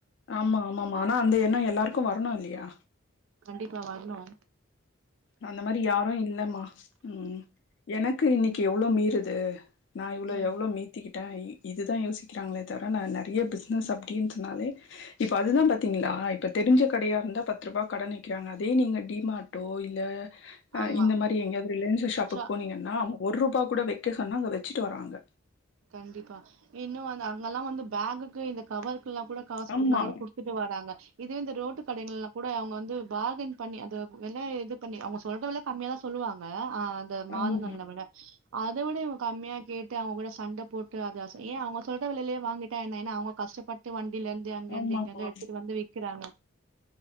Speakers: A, on the left; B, on the right.
A: ஆமா ஆமா மனம் வந்து எல்லாருக்கும் வரணும் இல்லையா
B: கண்டிப்பா வரணும்
A: அந்த மாரி யாரும் இல்லமா ம் எனக்கு இன்னிக்கி எவ்ளோ மீறுது நான் இவ்ளோ
B: ம்
A: எவ்ளோ மீத்திக்கிட்ட இ இதுதான் யோசிக்கிறாங்களே தவிர நான் நறைய பிஸ்னஸ் அப்டின்டுனாலே இப்ப அதுதான்
B: ம்
A: பாத்தீங்களா இப்ப தெரிஞ்ச கடையா இருந்தா பத்து ரூபாய் கடன் நிக்கிறாங்க அதே நீங்க டிமாட்டோ இ இல்ல
B: ஆமா
A: இந்த மாரி எங்கயாவது ரிலையன்ஸ் ஷாப்புக்கு
B: ஷா
A: போனிங்கனா நான் ஒரு ரூபாய் கூட வைக்க சொன்னா அங்க வச்சுட்டு வராங்க
B: கண்டிப்பா இன்னும் அங்கெல்லாம் வந்து பேக்குக்கு இந்த கவர்ருக்குல்லாம் கூட காசு குடுக்கனா
A: ஆமா,
B: கூட குடு த்துட்டு வராங்க இதுவே இந்த ரோட்டு கடைகல்லாம் கூட அவங்க வந்து பார்கின் பண்ணி அதன் வெல இது பண்ணு அவுங்க சொல்லுறத கம்மியா தான் சொல்லுவாங்க ஆ இந்த மால்களைவிட
A: ஆமா,
B: அதையும் விட இவங்க கம்மியா கேட்டு அவ்ளோ சண்ட போட்டு அது அசை ஏன் அவங்க சொல்ற விலையிலே வாங்கிட்டா என்ன ஏன்னா அவங்க கஷ்டப்பட்டு வண்டியிலேருந்து அதே அங்க இருந்து
A: ஆமாமா.
B: எங்கிலிருந்து எடுத்துட்டு வந்து விக்கறாங்க